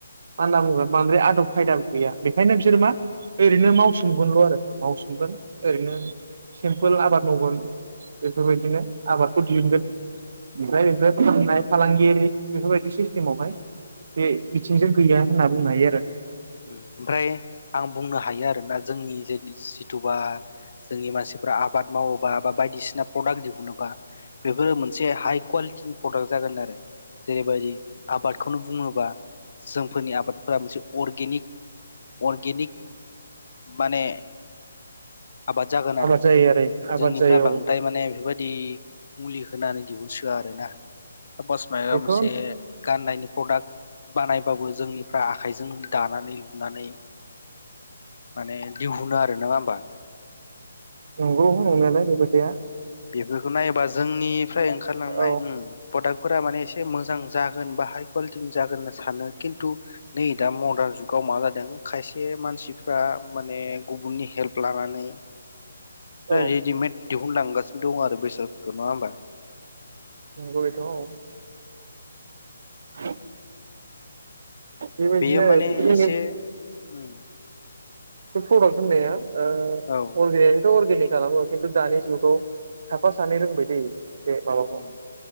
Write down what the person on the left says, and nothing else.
ओमफ्राय आं बुंनो हायो आरोना जोंनि जे जि तुबा जोंनि मानसि फोरा आबाद मावोबा बा बायदिसिना प्रडाक्ट दिहुनोबा बेफोरो मोनसे हाइ कुवालिटिनि प्रडाक्ट जागोन आरो जेरैबायदि आबादखौनो बुङोबा जोंफोरनि आबादफोरा मोनसे अर्गेनिक अर्गेनिक माने आबाद जागोन आरो
जोंनिफ्राय
बांद्राय
माने बेफोरबायदि मुलि होनानै दिहुनसोआ आरो आरोना सापस माबा
मोनसे गाननायनि प्रडाक्ट बानायबाबो जोंनि फ्रा आखाइजों दानानै लुनानै माने दिहुनो आरो नङा होमबा
बेफोरखौ नायोबा जोंनिफ्राय ओंखारलांनाय
उम प्रडाक फोरा माने एसे मोजां जागोन बा हाइ कुवालिटिनि जागोन होनना सानो खिन्थु नै दा मडार्न जुगाव मा जादों खायसे मानसिफ्रा माने गुबुननि हेल्प लानानै
रेडिमेड दिहुन लांगासि दं आरो बेसादफोरखौ नङा होमबा?
बेयो माने
एसे उम
औ
उम